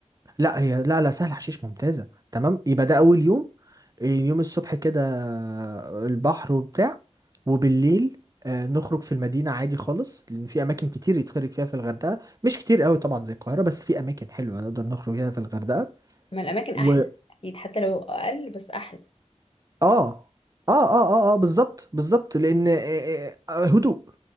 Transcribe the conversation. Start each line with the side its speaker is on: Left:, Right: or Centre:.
Right: لا هي لا لا سهل حشيش ممتازه تمام يبقى ده اول يوم اليوم الصبح كده آه، البحر وبتاع وبالليل آه نخرج في المدينه عادي خالص لان في اماكن كتير يتخرج فيها في الغردقه مش كتير قوي طبعا زي القاهره بس في اماكن حلوه نقدر نخرج فيها في الغردقه
Left: ما الاماكن
Right: و
Left: احلى اكيد حتى لو اقل بس احلى
Right: اه اه اه اه اه بالظبط بالظبط لان آه، آه، آه، هدوء